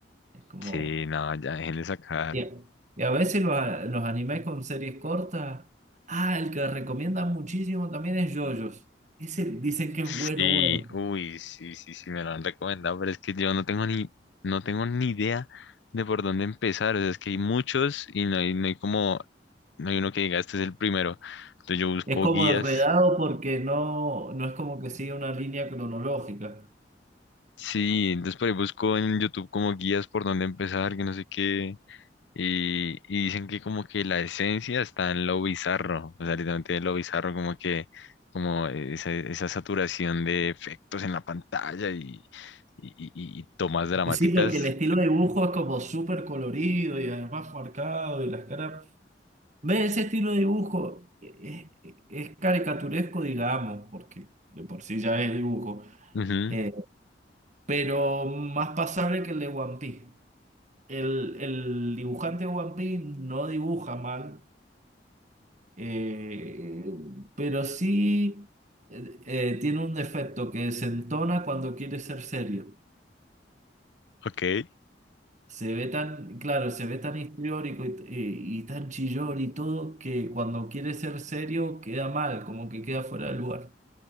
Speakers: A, on the right; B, on the left.
A: Es como...
B: Sí, no, ya dejen de sacar.
A: Y a, y a veces los, a- los animes con series cortas... Ah, el que recomiendan muchísimo también es JoJo's. Ese dicen que es
B: Sí,
A: bueno, bueno.
B: uy, sí, sí, sí, me lo han recomendado, pero es que yo no tengo ni, no tengo ni idea de por dónde empezar, o sea, es que hay muchos y no hay, no hay como no hay uno que diga, este es el primero. Entonces yo busco
A: Es como
B: guías.
A: enredado porque no, no es como que sigue una línea cronológica.
B: Sí, entonces por ahí busco en YouTube como guías por dónde empezar, que no sé qué. Y, y dicen que como que la esencia está en lo bizarro, o sea, literalmente lo bizarro, como que como esa, esa saturación de efectos en la pantalla y, y, y- y tomas dramáticas.
A: Sí, porque el estilo de dibujo es como súper colorido y además marcado y las caras... Ve, ese estilo de dibujo es, es caricaturesco, digamos, porque de por sí ya es dibujo,
B: Ujú,
A: eh, pero más pasable que el de One Piece. El, el dibujante de One Piece no dibuja mal, eh, pero sí eh, eh, tiene un defecto que se entona cuando quiere ser serio.
B: ok.
A: Se ve tan, claro, se ve tan histriónico y, y- y tan chillón y todo que cuando quiere ser serio queda mal, como que queda fuera de lugar.